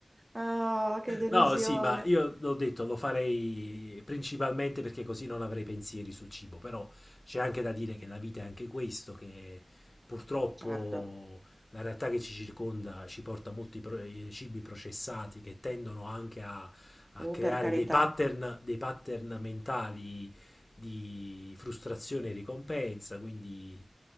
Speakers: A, on the right (about 20°); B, on the left (about 45°).
A: Ah, che delusione.
B: No, sì, ma io l'ho detto, lo farei principalmente perché così non avrei pensieri sul cibo, però c'è anche da dire che la vita è anche questo, che purtroppo
A: Certo,
B: la realtà che ci circonda ci porta a molti pro- cibi processati che tendono anche a a
A: oh,
B: creare
A: per carità.
B: dei pattern, dei pattern mentali di frustrazione e ricompensa, quindi